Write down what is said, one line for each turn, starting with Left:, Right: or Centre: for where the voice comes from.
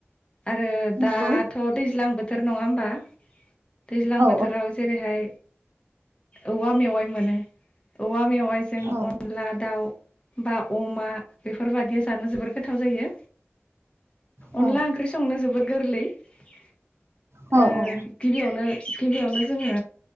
Left: आरो दाथ'
Right: नंगौ
Left: दैज्लां बोथोर बोथोर नङा होमबा? दैज्लां
Right: औ
Left: बोथोराव जेरैहाय औवा मेवाइ मोनो औवा मेवाइजों
Right: औ
Left: अन ला दाउ बा अमा बेफोरबादिया जानो जोबोर गो गोथाव जायो
Right: औ
Left: अनला ओंख्रि संनो जोबोद गोरलै <inaudible> <unintelligible>
Right: औ औ
Left: गिबियावनो गिबियावनो जोङो